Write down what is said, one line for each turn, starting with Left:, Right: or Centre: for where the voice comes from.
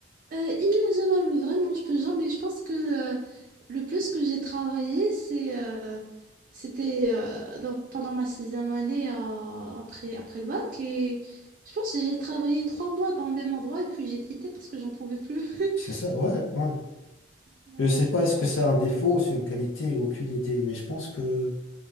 Right: euh, inimaginable, mais vraiment, je peux jamais. Je pense que euh, le plus que j'ai travaillé, c'est, euh, c'était euh, dans- pendant ma sixième année euh, après, après le bac. Et je pense que j'ai travaillé trois mois dans le même endroit et puis j'ai quitté parce que j'en pouvais plus.
Left: C'est
Right: <laughs>
Left: ça, ouais, ouais.
Right: Ouais.
Left: Je sais pas est-ce que c'est un défaut ou c'est une qualité, aucune idée, mais je pense que